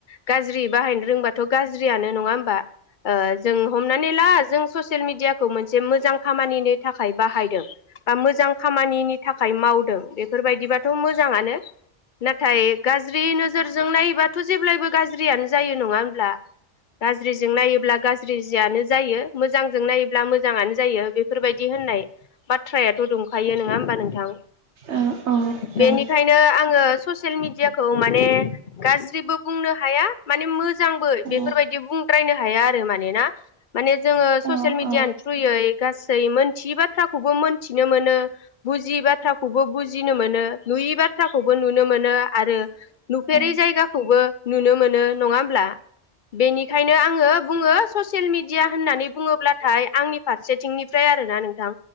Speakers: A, on the left; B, on the right.
A: गाज्रि बाहायनो रोंबाथ' गाज्रि गुाज्रियानो नङा होमबा। ओ जों हमनानै ला जों ससियेल मिडियाखौ मोन जे मोजां खामानि नि थाखाय बाहायदों। बा मोजां खामानिनि थाखाय मावदों बे बेफोरबायदिबाथ' मोजाङानो। नाथाय गाज्रि नोजोर जों नायोबाथ' जेब्लायबो गाज्रियानो जायो नङाहोनब्ला गाज्रिजों नायोब्ला गा ज्रि जियानो जायो मोजांजों नायोब्ला मोजाङानो जायो बेफोरबायदि होननाय बाथ्रायाथ' दंखायो नङा हबा नोंथां।
B: अ अ दं
A: बेनिखायनो आङो ससियेल मिडियाखौ माने गाज्रिबो बुंनो हाया माने मोजांबो
B: औ
A: बेफोर बायदि बुंद्रायनो हाया आरो माने ना माने जोंङो ससियेल
B: औ
A: मेडियानि
B: औ
A: थ्रयै गासै मोनथियै बाथ्राखौबो मोनथिनो मोनो बुजियै बाथ्राखौबो ब बुजिनो मोनो नुयै बाथ्राखौबो नुनो मोनो आरो नुफेरै
B: औ
A: जायगाखौबो नुनो मोनो। नङा हब्ला बेनिखायनो आङो बुङो ससियेल मिडिया होननानै बुङोब्लाथाय आंनि फारसेथिंनिफ्राय आरो ना नोंथां